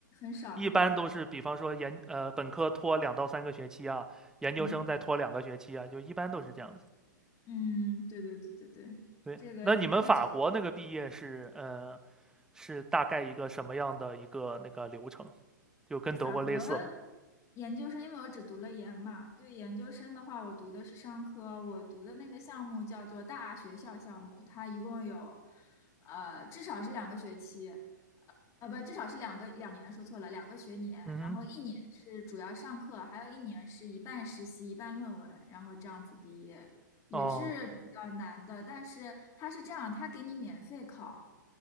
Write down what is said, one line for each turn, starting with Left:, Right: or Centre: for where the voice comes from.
Left: 少很少有，
Centre: 一般都是，比方说研呃本科拖两到三个学期啊，研究生再拖两个学期啊，
Left: 嗯
Centre: 就一般都是这样子。
Left: 嗯，对对对对对，
Centre: 对，
Left: 这个理科确
Centre: 那你们法国那个毕业是，呃，是大概一个什么样的一个那个流程？就跟德国类似吗？
Left: 法国。研究生，因为我只读了研嘛，就研究生的话，我读的是商科，我读的那个项目叫做大学校项目，它一共有，呃，至少是两个学期，呃，不，至少是两个两年，说错了，两个学年，
Centre: 嗯
Left: 然后一年是主要上课，还有一年是一半实习，一半论文，然后这样子毕业，也是比较难的，
Centre: 哼，哦
Left: 但是它是这样，它给你免费考